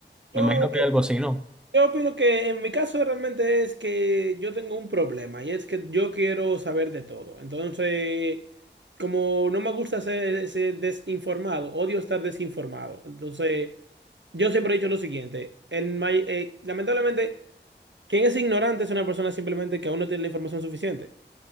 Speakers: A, on the right; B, in the centre.
A: Yo,
B: Me imagino que
A: que-
B: algo así, ¿no?
A: yo opino que en mi caso realmente es que yo tengo un problema y es que yo quiero saber de todo. Entonces, como no me gusta ser, ser desinformado, odio estar desinformado. Entonces, yo siempre he dicho lo siguiente, el may- eh, lamentablemente... Quien es ignorante es una persona simplemente que aún no tiene la información suficiente.